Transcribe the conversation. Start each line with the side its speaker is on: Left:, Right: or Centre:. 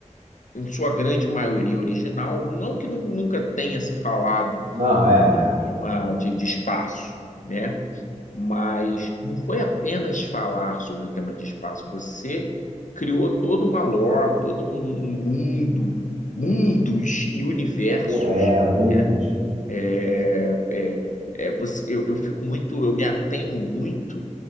Left: em sua grande maioria original, não que nu- nunca tenha se falado
Right: não, é,
Left: sobre o tema
Right: é.
Left: de, de espaço, né? Mas não foi apenas falar sobre o tema de espaço, você criou toda uma lore, todo um, um mundo, mundos e universos,
Right: É, Mundus.
Left: né? É, é, é, você- eu, eu fico muito, eu me atenho muito